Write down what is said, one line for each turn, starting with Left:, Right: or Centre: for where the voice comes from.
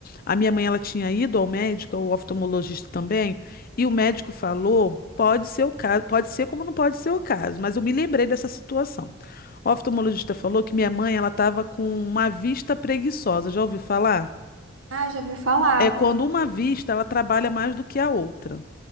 Left: A minha mãe ela tinha ido ao médico, ao oftalmologista também, e o médico falou, pode ser o caso, pode ser como não pode ser o caso, mas eu me lembrei dessa situação. O oftalmologista falou que minha mãe ela estava com uma vista preguiçosa. Já ouviu falar?
Right: Ah, já ouvi falar.
Left: É quando uma vista ela trabalha mais do que a outra.